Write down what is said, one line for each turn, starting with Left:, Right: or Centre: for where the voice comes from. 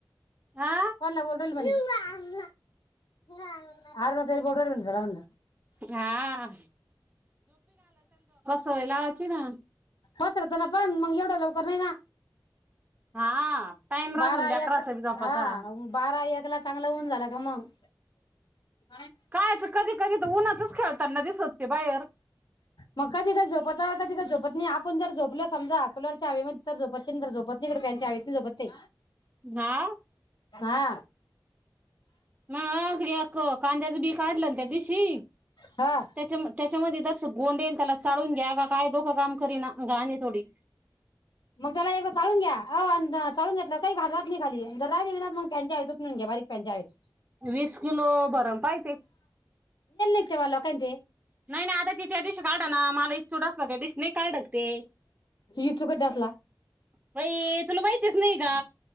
Right: हा
Left: फोण बोलून. <unintelligible> बोलू राहिले जरा बंद
Right: हा होय लावाची ना.
Left: <unintelligible> लवकर नाही ना
Right: हा टाइम राहतो
Left: बारा
Right: ना लेकराचा
Left: एक
Right: बी झोपाचा
Left: हा बारा एक ला चांगल ऊन झालं की मग <unintelligible>
Right: कायच कधी कधी तर उन्हाचच खेळताना दिसत ते बाहेर
Left: म कधी कधी झोपत कधीकधी झोपत नई आपण जर झोपलोच समजा कुलर च्या हवेमदी झोपेत नाही इकड फॅन च्या हवेत नाही झोपत ये.
Right: नः
Left: हा
Right: महागड्या क कांद्याची बी काढल ना त्या दिशी
Left: हा
Right: त्याच्याम - त्याच्यामध्ये तर अस गोंडे न त्याला चाळुन घ्या काय तो क काम करीना वान ये आणि थोडी
Left: मग त्याला एकदा चाळुन घ्या आवो अन् द चाळुन घेतल्यावर काही घाण रात नाही खाली जर राहीली बी ना मग फॅनच्या हवेत मिळून घ्या बारीक फॅन घ्या हवेत
Right: वीस किलो भरन पाय ते
Left: <inaudible> तेव्हा लोकांचे
Right: नाही ना आज ही तिथे त्या दिशी काढण ना मला इचू डासला त्या दिशी नाही काढ का ते
Left: ही चुकत डसला
Right: बाई तुला माहीतीच नाई का